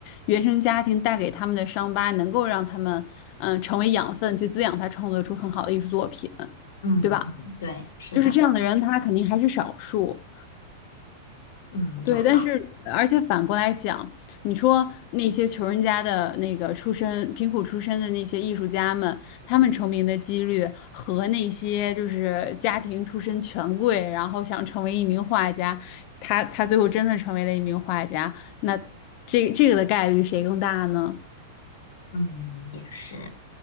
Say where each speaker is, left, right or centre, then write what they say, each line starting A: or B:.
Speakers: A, on the left; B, on the left.
A: 原生家庭带给他们的伤疤能够让他们嗯、呃成为养分去滋养他创作出很好的艺术作品，
B: 嗯，
A: 对吧？
B: 嗯对，是的，
A: 就是这样的人，他肯定还是少数。
B: 嗯，
A: 对，
B: 有的。
A: 但是而且反过来讲，你说那些穷人家的那个出身、贫苦出身的那些艺术家们，他们成名的几率和那些就是家庭出身权贵，然后想成为一名画家，他他最后真的成为了一名画家，那这这个的概率谁更大呢？
B: 嗯，也是，